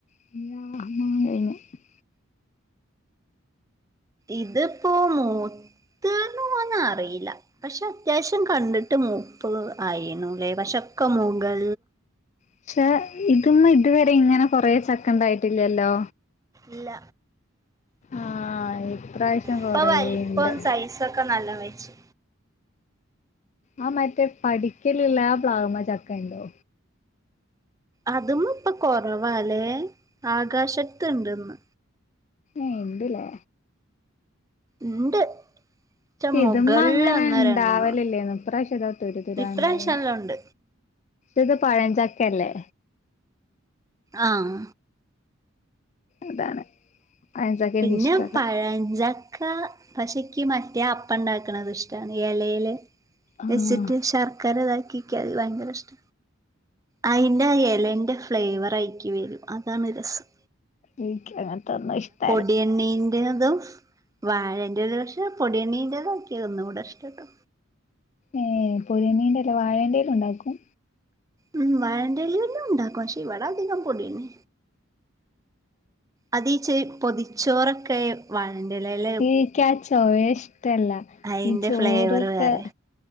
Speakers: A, on the left; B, on the right.
A: കഴിഞ്ഞ്.
B: ഇതിപ്പോ മൂത്ത് ന്ന് ന്നോന്നറീല്ല പക്ഷെ അത്യാവിശ്യം കണ്ടിട്ട് മുപ്പ് ആയിന്നുല്ലേ. പക്ഷെക്കെ മുൾള്.
A: പക്ഷെ ഇതൊന്നും ഇതുവരെ ഇങ്ങനെ കൊറെ ചക്കണ്ടായിട്ടില്ലല്ലോ.
B: ഇല്ല
A: ആഹ് ഇപ്രാവശ്യം
B: ഇപ്പ
A: കൊറേണ്ട്
B: വലുപ്പോ സൈസ് ഒക്കെ നല്ല വെച്ചു
A: ആ മറ്റേ പഠിക്കലില്ല ആ പ്ലാവ്മ്മെ ചക്ക ഇണ്ടോ.
B: അതിമ്മപ്പ കൊറവാലേ ആകാശത്ത് ഇണ്ട്ന്ന്.
A: ഏഹ് ഇണ്ട്ലെ
B: ഇണ്ട് റ്റ
A: ഇത്
B: മുകളിൽ
A: മ്മ അങ്ങനെ
B: ഒന്ന്
A: ഇണ്ടാവല്
B: രണ്ടെണ്ണം
A: ല്ലേനു ഇപ്രാശ്യത തുര തുരാ
B: ഇപ്രാവശ്യല്ലാം
A: ഇണ്ടായിന്.
B: ഉണ്ട്
A: ഇത് പഴഞ്ചക്ക്യല്ലേ
B: ആഹ്
A: അതാണ് പഴഞ്ചക്ക
B: പിന്ന്യാെ
A: എനിക്ക് ഇഷ്ടല്ല
B: പഴഞ്ച ക്ക പക്ഷേ ഇയ്ക്ക് മറ്റേ അപ്പ ഇണ്ടാക്ക്ണത് ഇഷ്ടാണ് എലയില്.
A: ആഹ്
B: വെച്ചിട്ട് ശർക്കര ഇതാക്കിക്കാ അത് ഭയങ്കര ഇഷ്ട അയിന്റെ എലേന്റെ ഫ്ലേവർ അയിക്ക്യ് വെരും അതാണ് രസം.
A: ഇൻക്കങ്ങൻതൊന്നും ഇഷ്ട
B: ഡീവനിംഗ് തും വാഴന്റേത് ഒരു പക്ഷെ പൊടിയണീന്റെ തക്ക്യ് ഒന്നും കൂടെ ഇഷ്ടട്ടോ.
A: ഏഹ് പൊതിയനേന്റെത് വാഴേണ്ടേലും ഒണ്ടാക്കും.
B: ഉം വാഴന്റെലേലും ഉണ്ടാക്കും. ക്ഷേ ഇവടെ അധികം പൊടിയന്നെ അതീച്ചെ പൊതിച്ചോറൊക്കെ വാഴന്റെലേലെ
A: ഇനിക്ക ആ ചോയ ഇഷ്ടല്ല
B: അയിന്റെ
A: ഈ ചോറൊക്കെ.
B: ഫ്ലേവർ വേറെ